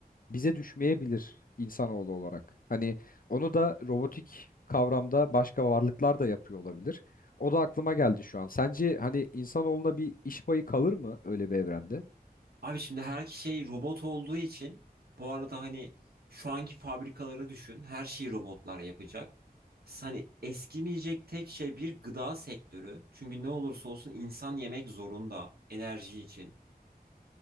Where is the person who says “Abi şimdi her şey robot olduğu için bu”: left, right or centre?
Right